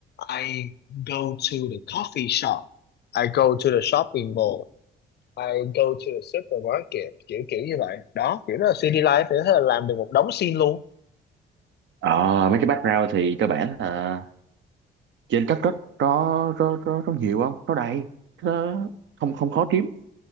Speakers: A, on the left; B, on the right.
A: I go to the coffee shop I go to the shopping mall I go to the supermarket kiểu kiểu như vậy đó kiểu đó là city life thì thế là làm được một đống scene luôn
B: ờ, mấy cái background thì cơ bản là trên cấp rất có có có có nhiều không có đầy nó không không khó kiếm